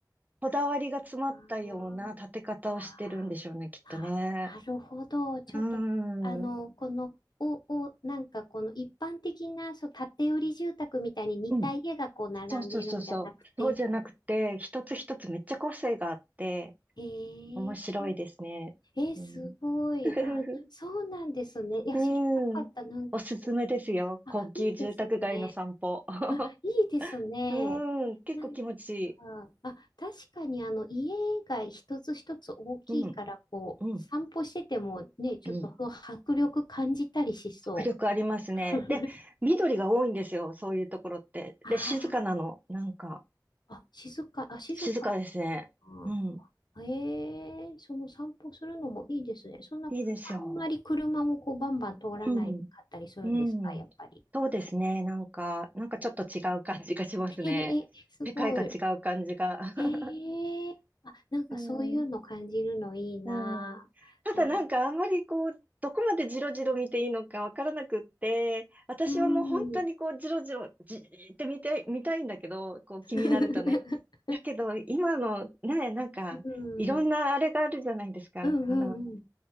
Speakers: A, on the right; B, on the left.
A: こだわりが詰まったような建て方をしてるんでしょうね、
B: あー、あ
A: きっとね。
B: ー、あ、なるほど。ちょっと、
A: うーん、
B: あの、
A: う
B: この、お、お、なんかこの一般的な、そう、建て売り住宅みたいに似た家がこう並んでるんじゃなくて、
A: ん、そうそうそうそう。そうじゃなくて、一つ一つめっちゃ個性があって、
B: えー、
A: 面白いですね。
B: えー、すごい。
A: うん <laughs>
B: あ、そうなんですね。いや、
A: う
B: 知らなかった。
A: ん。
B: なんかこう。
A: おすすめですよ。高級住宅街の散歩。
B: あ、いいですね。
A: <laughs>
B: あ、いいですね。
A: うん。結構気持ちいい。
B: なんか、あ、確かにあの家が一つ一つ大きいから、
A: うん。
B: こう、
A: うん。
B: 散歩しててもね、ちょっと迫力感じたりしそう。
A: うん。迫力ありますね。
B: <laughs>
A: で、緑が多いんですよ。そういうところって。
B: あ
A: で、静かなの。なんか、
B: あ、あ、静か、あ、静か
A: 静かですね。
B: な。
A: うん。
B: ええその散歩するのもいいですね。そんな、
A: いいですよ。
B: あんまり車もこうバンバン通らないかったりするんですか、
A: うん。うん。
B: やっぱり。
A: そうですね。なんか、なんかちょっと違う感じがしますね。
B: <laughs> へへ、すごい。
A: 世界が違う感じが。<laughs>
B: へえ、あ、なんかそういうの感じるのいいな。
A: うん。うん。ただなんかあんまりこう、
B: あ、
A: どこまでジロジロ見ていいのかわからなくって、私はもう本当にこう、
B: うん。
A: ジロジロ、じーって見て、見たいんだけど、こう気になるとね。
B: <laughs>
A: だけど、今のね、なんか、
B: うん。
A: いろんなあれがあるじゃないですか。
B: うんうんうん。
A: あの、